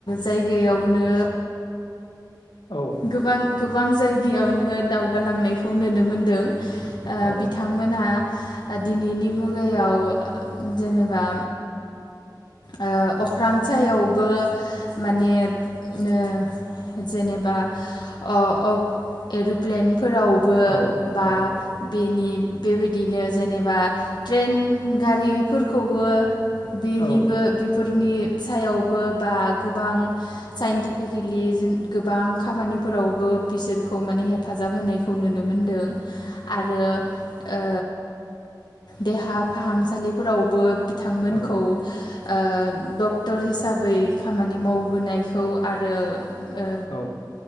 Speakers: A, on the left; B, on the left.
A: जायगायावनो
B: औ
A: गोबां गोबां जायगायावनो दावगालांनायखौ नोनो मोनदों। ओ
B: औ
A: बिथांमोना‌ दिनैनि मुगायाव जेनेबा ओ अख्रां सायावबो माने ओ जेनेबा अ अ एर'प्लेन फोरावबो
B: औ
A: बा
B: औ
A: बेनि बेबायदिनो जेनेबा ट्रेन गारिफोरखौबो बेनि
B: औ
A: फोरनि सायावबो बा गोबां साइन्टिफिकेलि गोबां खामानिफोरावबो बिसोरखौ माने हेफाजाब होनायखौ नुनो मोनदों। आरो ओ देहा फाहामसालिफोरावबो बिथांमोनखौ
B: औ
A: ओ डक्टर हिसाबै खामानि मावबोनायखौ आरो ओ
B: औ।